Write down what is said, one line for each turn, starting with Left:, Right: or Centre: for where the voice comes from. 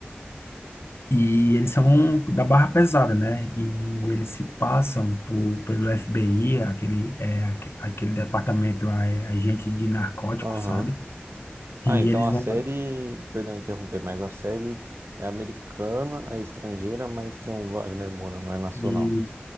Left: e eles são da barra pesada, né, e eles se passam por, pelo FBI, aquele, é, aque- aquele departamento lá, é agente de narcóticos,
Right: Aham.
Left: sabe?
Right: Ah,
Left: E
Right: então
Left: eles
Right: a
Left: vão...
Right: série, perdão interromper, mas a série é americana, é estrangeira, mas tem o Wagner Moura, não é nacional.
Left: e-